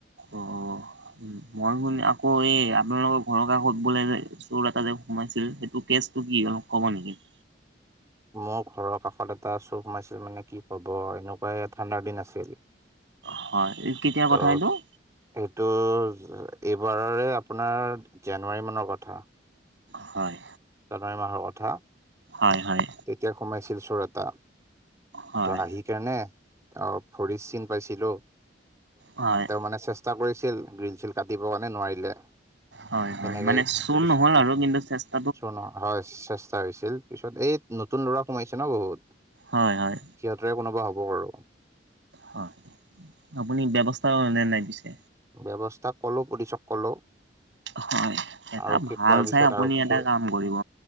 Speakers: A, on the right; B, on the right.
A: অ অ। উ মই শুন আকৌ এই আপোনালোকৰ ঘৰৰ কাষত বোলে যে, চোৰ এটা যে সোমাইছিল সেইটো কেচটো কি হল? ক'ব নেকি?
B: মোৰ ঘৰৰ কাষত এটা চুৰ হোমাইছিল মানে কি ক'ব এনেকুৱা এ ঠাণ্ডাৰ দিন আছিল।
A: হয়, কেতিয়াৰ
B: ত'
A: কথা এইটো?
B: সেইটো এইবাৰৰে আপোনাৰ জানুৱাৰী মানৰ কথা।
A: হয়।
B: জানুৱাৰী মাহৰ কথা।
A: হয় হয়।
B: তেতিয়া সোমাইছিল চোৰ এটা
A: হয়
B: ত আহি। সকাৰণে অ ভৰিত চিন পাইছিলো
A: হয়
B: তেওঁ মানে- চেষ্টা কৰিছিল গ্ৰীল চিল কাটিবৰ কাৰণে নোৱাৰিলে।
A: হয় হয়
B: তেনেকে
A: মানে চুৰ
B: পিছত
A: নহল আৰু কিন্তু চেষ্টা
B: চোৰ নহয় হয় চেষ্টা হৈছিল পিছত এই নতুন ল'ৰা সোমাইছে ন বহুত
A: হয় হয়।
B: সিহঁতেৰ কোনোবা হ'ব বাৰু
A: হয় আপুনি ব্যৱস্থা নে নাই পিছে।
B: ব্যৱস্থা কলো পছিক কলো
A: হয় এটা
B: আৰক্ষীক
A: ভাল
B: কোৱাৰ পিছত
A: চাই আপুনি
B: আৰক্ষীয়ে
A: এটা কাম কৰিব।